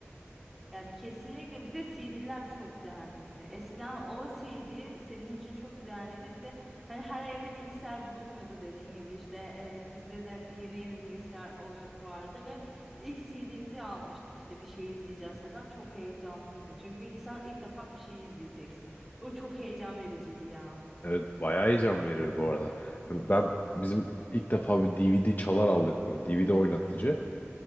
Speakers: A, in the centre; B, on the left.
A: Ya kesinlikle bir de CD'ler çok değerliydi. Eskiden o CD senin için çok değerliydi. Bir de hani her evde bilgisayar bulunmuyordu dediğin gibi işte e, bizde de yeni yeni bilgisayar oluyor vardı ve ilk CD'mizi almıştık işte bir şey izleyeceğiz
B: Hı.
A: falan çok heyecanlıydı. Çünkü bilgisayar ilk defa bir şey izleyeceksin. O çok heyecan vericiydi ya.
B: Evet bayağı heyecan verir bu arada. Ben bizim ilk defa bir DVD çalar aldık böyle DVD oynatıcı.